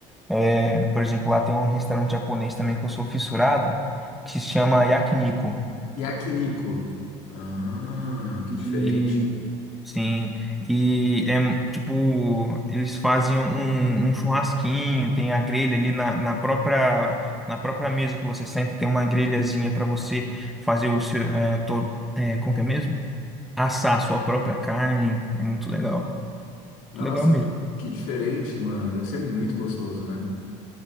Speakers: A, in the centre; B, on the left (about 75°).
A: É, por exemplo, lá tem um restaurante japonês também que eu sou fissurado, que se chama Yakiniku.
B: yakiniku. Ah, que
A: E
B: diferente.
A: sim, e é tipo, eles fazem um, um churrasquinho, tem a grelha ali na, na própria na própria mesa que você senta, tem uma grelhazinha para você fazer o seu é, to- é, como que é mesmo? Assar a sua própria carne. É muito legal, muito
B: Nossa,
A: legal mesmo.
B: que diferente, mano. Deve ser muito gostoso, né?